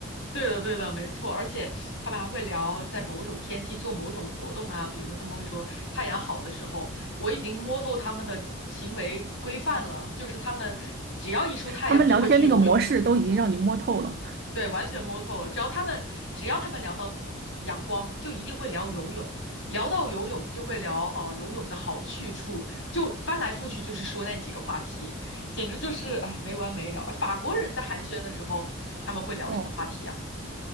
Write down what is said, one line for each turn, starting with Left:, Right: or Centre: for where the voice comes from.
Left: 对的，对的，没错。而且他们还会聊，在某种天气做某种活动啊，比如说他们会说太阳好的时候，我已经摸透他们的行为规范了，就是他们只要一出太阳就会去游泳，
Right: 他们聊天那个模式都已经让你摸透了。
Left: 对，完全摸透了。只要他们只要他们聊到阳光，就一定会聊游泳，聊到游泳就会聊哦、游泳的好去处，就翻来覆去就是说那几个话题，简直就是哎没完没了。法国人在寒暄的时候，他们会聊什么话题呀？
Right: 哦，